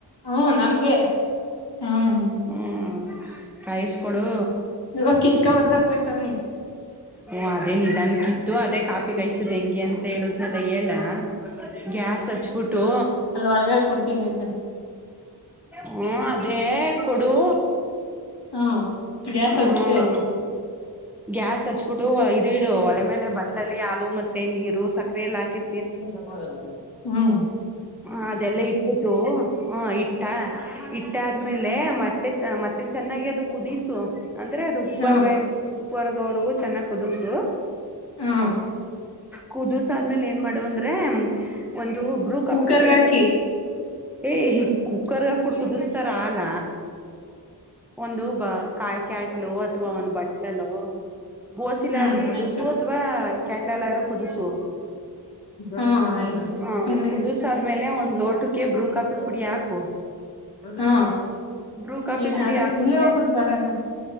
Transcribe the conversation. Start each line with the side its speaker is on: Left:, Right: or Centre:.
Left: ಹ್ಮ ನಮ್ಗೆ ಹ್ಮ್
Centre: ಹ್ಮ್ ಕಾಯಿಸ್ಕೊಡು
Left: ಈಗ ಕಿತಕ ಬರಕ್ಕೆ ಹೋಗ್ತಾನೆ
Centre: ಓ ಅದೇ ನಿಧಾನಕ್ಕಿತ್ತು ಅದೇ ಕಾಫಿ ಕಾಯಸದ್ ಹೆಂಗೆ ಅಂತ ಹೇಳುದ್ನೆಲ್ಲ ಹೇಳ ಗ್ಯಾಸ್ ಹಚ್ಬಿಟ್ಟು
Left: ಅಲ್ಲಿ ಒಳಗಡೆ ಕೊಡ್ತೀನಿ
Centre: ಹ್ಮ ಅದೇ ಕೊಡು
Left: ಹಾ ಗ್ಯಾಸ್
Centre: ಹ
Left: ಹಚ್ತೆ
Centre: ಗ್ಯಾಸ್ ಹಚ್ಬಿಟ್ಟು ಇದು ಇಡು ಒಲೆ ಮೇಲೆ ಬಟ್ಲಲ್ಲಿ ಹಾಲು ಮತ್ತೆ ನೀರು ಸಕ್ಕರೆ ಎಲ್ಲ ಹಾಕಿ
Left: <unintelligible> ಹ್ಮ
Centre: ಹ ಅದೆಲ್ಲ ಇಟ್ಟಬಿಟ್ಟು ಹ ಇಟ್ಟ ಇಟ್ಟ ಆದ್ಮೇಲೆ ಮತ್ತೇ ಚ ಮತ್ತೆ ಚೆನ್ನಾಗಿ ಅದು ಕುದಿಸು ಅಂದ್ರೆ ಅದು
Left: ಹಾ
Centre: ಉರ್ ಉರ್ ವರೆಗೂ ಚೆನ್ನಾಗಿ ಕುದುಸು
Left: ಹಾ
Centre: ಕುದಿಸಿ ಆದ್ಮೇಲೆ ಏನ್ ಮಾಡುವ ಅಂದ್ರೆ ಒಂದು ಬುರೃ ಕಾಫಿ
Left: ಕುಕ್ಕರ್ಗ
Centre: ಪುಡಿ
Left: ಹಾಕಿ
Centre: ಏ ಈ ಕುಕ್ಕರ್ಗೆ ಅಪ್ಪಡು ಕುದಿಸಾತರ ಹಾಲ ಒಂದು ಬ ಕಾಯಕ್ಯಾಟ್ಲು ಅಥವಾ ಒಂದು ಬಟ್ಲಲ್ ಬೋಸಿಲಾರೂ
Left: ಹ್ಮ್
Centre: ಕುದರ್ಸು
Left: ಆಯ್ತು
Centre: ಅಥವಾ ಕೆಟಲ್ ಅದುರ್ರಕುದರ್ಸು
Left: ಹ್ಮ್ ಆಯ್ತು
Centre: ಹಾ
Left: ಇಲ್ಲಿ
Centre: ಕುದಸ
Left: ಇದು
Centre: ಆದ್ಮೇಲೆ ಒಂದು ಲೋಟಕ್ಕೆ ಬ್ರೂ ಕಾಫಿ ಪುಡಿ ಹಾಕು
Left: ಹ
Centre: ಬ್ರೂ ಕಾಫಿ
Left: ಏ
Centre: ಪುಡಿ
Left: ಅದೇ
Centre: ಹಾಕುದ್ಮೇಲೆ
Left: ಇಲ್ಲೇ ಹೋಗ್ಬೋದು ಬರಣ